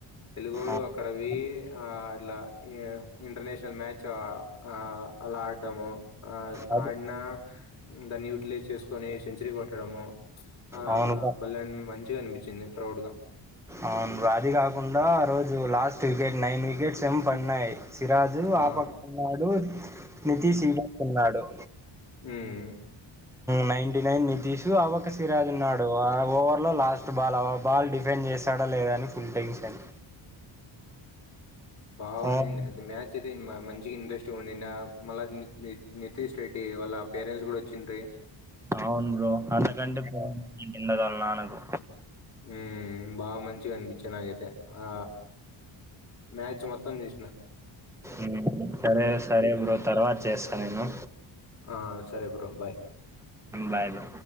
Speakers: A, on the left; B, in the centre.
A: తెలుగోడు
B: అవును
A: అక్కడవి ఆ లా ఇంటర్నేషనల్ మ్యాచ్ ఆ అలా ఆడడము ఆ
B: అదే
A: ఆడిన దన్యూ సుకొని సెంచరీ కొట్టడము ఆ
B: అవునుగా
A: బల్ల మంచి అనిపించింది ప్రౌడ్ గా
B: అవును అది కాకుండా ఆ రోజు లాస్ట్ వికెట్ నైన్ వికెట్స్ ఏమో పడినాయి సిరాజు
A: ఆ
B: ఆపక్క ఉన్నాడు నితిష్వ ఇ పక్క ఉన్నాడు
A: ఉమ్
B: నైన్టి నైన్ నితశు అవ సిరాజు ఉన్నాడు అడ ఓ లో లాస్ట్ బాల్ అవ్వ బాల్ డిఫెండ్ చేసాడా లేదని ఫుల్ టెన్షన్
A: బాగున్నిండా
B: అవును
A: అది మ్యాచ్ అయితే ఇం క మంచి ఇంట్రెస్ట్ గ ఉన్నిండా మళ్ళ నితీష్ రెడ్డి వాళ్ళ పేరెంట్స్ కూడా వచ్చిండ్రీ
B: అవును బ్రో అంతకంటే పో <inaudible> నా నకు
A: ఉమ్ బాగ మంచిగా అనిపిించ నాగైతే ఆ మ్యాచ్ మొత్తం చూసిన
B: ఉమ్, సరే సరే బ్రో తర్వాత చేస్తా నేను
A: ఆ సరే బ్రో బాయ్
B: బాయ్ బ్రో